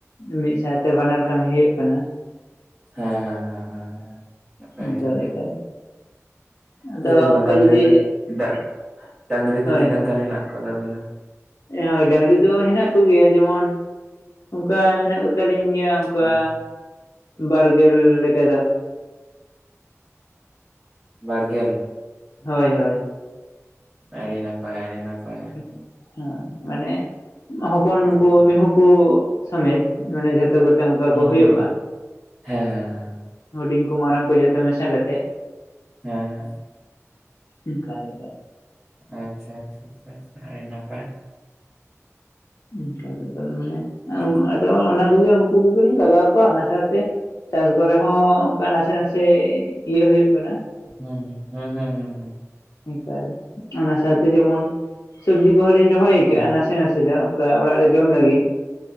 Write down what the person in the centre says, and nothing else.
ᱦᱮᱸ ᱦᱮᱸ ᱦᱮᱸ ᱦᱮᱸ ᱱᱟᱯᱟᱭ
ᱟᱹᱰᱤ ᱱᱟᱯᱟᱭ᱾
ᱪᱮᱞᱮ ᱜᱳ
ᱰᱟᱺᱝᱨᱤ
ᱫᱚ ᱫᱟᱜ, ᱰᱟᱺᱝᱨᱤ ᱫᱚ
ᱛᱤᱱᱟᱹᱜ
ᱜᱟᱱ ᱦᱮᱱᱟᱜ ᱠᱚ ᱛᱟᱵᱮᱱᱟ?
ᱦᱮᱸ,
ᱵᱟᱨᱜᱮᱞ᱾
ᱟᱹᱰᱤ ᱱᱟ ᱯᱟᱭ ᱟᱹᱰᱤ ᱱᱟᱯᱟᱭ᱾ ᱦᱮᱸ,
ᱦᱮᱸ,
ᱦᱩᱸ,
ᱦᱩᱸ, ᱦᱮᱸ, ᱦᱮᱸ,
ᱦᱮᱸ ᱦᱮᱸ᱾
ᱟᱪᱪᱷᱟ ᱟᱪᱪᱷᱟ ᱟᱪᱪᱷᱟ ᱟᱪᱪᱷᱟ ᱟᱹᱰᱤ ᱱᱟᱯᱟᱭ᱾
ᱦᱩᱸ,
ᱦᱩᱸ ᱦᱩᱸ ᱦᱩᱸ ᱦᱩᱸ ᱦᱩᱸ ᱦᱩᱸ᱾
ᱦᱮᱸ,